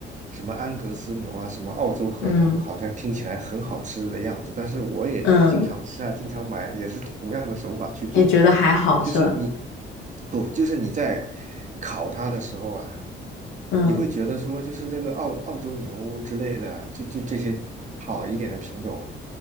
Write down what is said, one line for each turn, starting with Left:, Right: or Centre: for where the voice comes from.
Right: 什么安格斯牛啊，什么澳洲和牛，
Left: 嗯
Right: 好像听起来很好吃的样子，但是我也经常吃啊，
Left: 嗯，
Right: 经常买，也是同样的手法去做，
Left: 也觉得还好是吧？
Right: 就是你不，就是你在烤它的时候啊。
Left: 嗯。
Right: 你会觉得说，就是那个澳澳洲牛之类的，就就这些好一点的品种，